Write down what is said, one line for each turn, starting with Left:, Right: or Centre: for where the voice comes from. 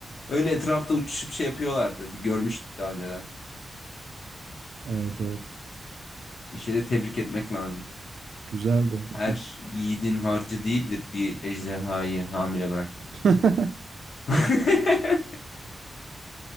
Left: Öyle etrafta uçuşup şey yapıyorlardı. Bir görmüştük daha önceden.
Right: Evet evet.
Left: Şeyde tebrik etmek lazım.
Right: Güzeldi.
Left: Her
Right: Git-
Left: yiğidin harcı değildir bir ejderhayı hamile bırakmak.
Right: <laughs>
Left: <laughs>